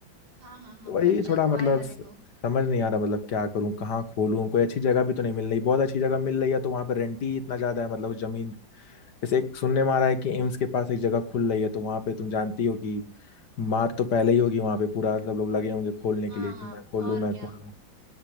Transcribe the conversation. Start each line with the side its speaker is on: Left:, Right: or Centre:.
Right: हाँ हाँ हाँ
Left: तो वही
Right: खर्चा
Left: थोड़ा मतलब
Right: तो आएगा
Left: स-
Right: देखो
Left: समझ नहीं आ रहा मतलब क्या करूं कहाँ खोलूं कोई अच्छी जगह भी तो नहीं मिल रही बहुत अच्छी जगह मिल रही है तो वहां पर रेंट ही इतना ज्यादा है मतलब उस जमीन जैसे एक सुनने में आ रहा है कि एम्स के पास एक जगह खुल रही है तो वहां पे तुम जानती हो कि मार तो पहले ही होगी वहां पे पूरा सब लोग लगे होंगे खोलने
Right: हाँ
Left: के लिए कि
Right: हाँ
Left: मैं खोल लूं
Right: और
Left: मैं
Right: क्या
Left: खोल लूं